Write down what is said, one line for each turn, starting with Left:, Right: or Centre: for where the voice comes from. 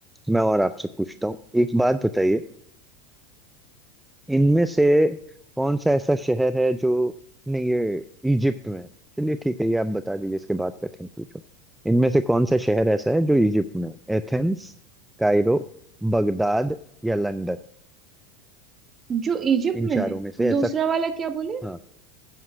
Centre: मैं और आपसे पूछता हूँ एक बात बताइए इनमें से कौन सा ऐसा शहर है जो नहीं ये इजिप्ट में है चलिए ठीक है ये आप बता दीजिए इसके बाद कठिन पूछो इनमें से कौन सा शहर ऐसा है जो इजिप्ट में है एथेंस कायरो बगदाद या लंदन
Right: जो इजिप्ट
Centre: इन
Right: में
Centre: चारों
Right: है
Centre: में से ऐसा
Right: दूसरा वाला क्या बोले
Centre: हाँ